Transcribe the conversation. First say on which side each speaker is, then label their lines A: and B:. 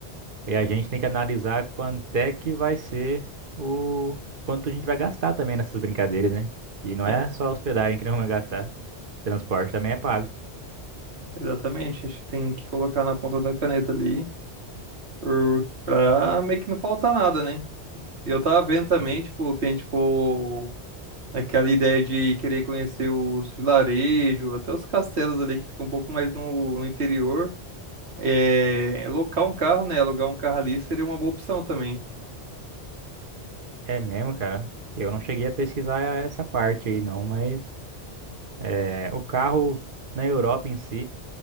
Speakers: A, on the right (about 55°); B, on the right (about 70°).
A: E a gente tem que analisar quanto é que vai ser o quanto a gente vai gastar também nessas brincadeiras, né? E não
B: É,
A: é só hospedagem que não vai gastar, transporte também é pago.
B: exatamente. A gente tem que colocar na ponta da caneta ali por, pra meio que não faltar nada, né? E eu tava vendo também,
A: Sim.
B: tipo, se a gente for Aquela ideia de querer conhecer os vilarejos, até os castelos ali que ficam um pouco mais no, no interior. É, locar um carro, né? Alugar um carro ali seria uma boa opção também.
A: É mesmo, cara. Eu não cheguei a pesquisar essa parte aí, não, mas é, o carro na Europa em si,